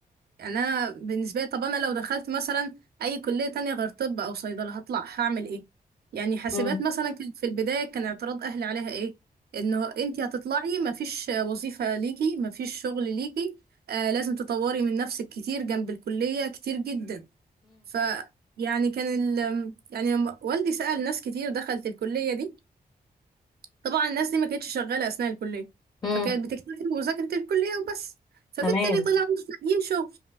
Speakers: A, on the right; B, on the left.
A: يعني أنا بالنسبة لي طب أنا لو دخلت مثلا أي كلية تانية غير طب أو صيدلة هطلع هعمل إيه؟ يعني حاسبات
B: امم
A: مثلا كانت في البداية كان اعتراض أهلي عليها إيه؟ إنه أنتي هتطلعي مفيش وظيفة ليكي مفيش شغل ليكي آه لازم تطوري من نفسك كتير جنب الكلية كتير جدا ف يعني كان ال... يعني لما والدي سأل ناس كتير دخلت الكلية دي طبعا الناس دي ما كانتش شغالة أثناء الكلية
B: امم
A: فكانت بتكتفي بمذاكرة الكلية وبس فبالتالي
B: تمام
A: طلعوا مش لاقيين شغل